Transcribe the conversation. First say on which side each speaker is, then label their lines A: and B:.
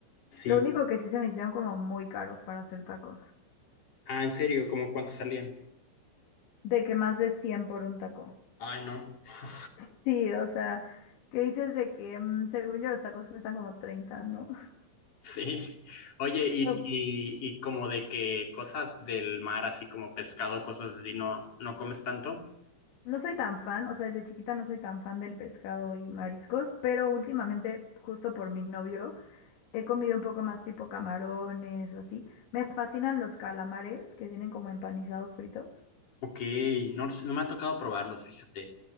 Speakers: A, on the left; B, on the left.
A: sí.
B: Lo único que sí se me hicieron como muy caros para hacer tacos,
A: Ah, ¿en serio? ¿Cómo cuánto salían?
B: de que más de 100 por un taco.
A: Ay, no. <laughs>
B: <laughs> Sí, o sea, que dices de que mm, según yo los tacos cuestan como 30, ¿no?
A: Sí. Oye, y,
B: <laughs>
A: y, y como de que cosas del mar, así como pescado, cosas así, ¿no, no comes tanto?
B: No soy tan fan, o sea, desde chiquita no soy tan fan del pescado y mariscos, pero últimamente, justo por mi novio, he comido un poco más tipo camarones o así. Me fascinan los calamares que vienen como empanizados fritos.
A: Ok, no, no me ha tocado probarlos, fíjate.